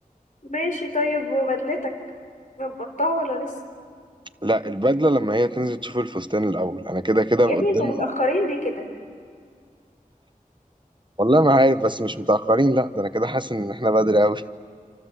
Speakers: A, on the left (about 60°); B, on the right (about 35°).
A: ماشي طيب وبدلتك ظبطتها ولا لسه
B: لا البدله لما هي تنزل تشوف الفستان الاول انا كده كده
A: يا
B: قدامي
A: ابني انتوا متأخرين ليه كده
B: والله ما عارف بس مش متاخرين لا ده انا كده حاسس ان احنا بدري قوي